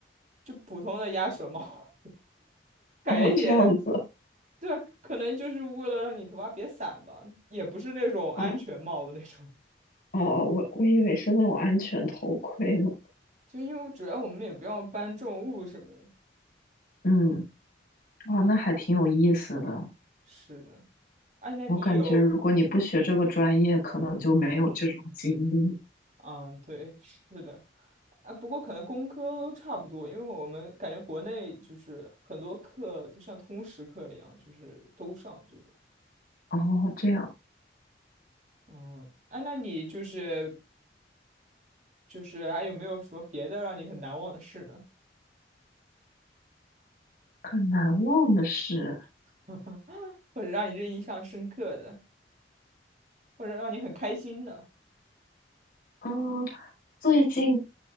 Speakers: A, on the right; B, on the left.
A: 就普通的鸭舌帽。感觉也
B: 哦这样子？
A: 对啊可能就是为了让你头发别散吧，也不是那种安全帽的那种，
B: 哦哦，我我以为是那种安全头盔呢。
A: 就因为主要我们也不要搬重物什么的。
B: 嗯，哇，
A: 哎，
B: 那还挺有意思的。
A: 是的，哎，那你有，
B: 我感觉如果你不学这个专业，可能就没有这种经历。
A: 嗯，对，是的，啊，不过可能工科都差不多，因为我们感觉国内就是很多课都像通识课一样，就是都上这个。
B: 哦，这样
A: 嗯，哎，那你就是就是还有没有什么别的让你很难忘的事呢？
B: 很难忘的事，
A: <laughs> 或者让你这印象深刻的？或者让你很开心的。
B: 嗯，最近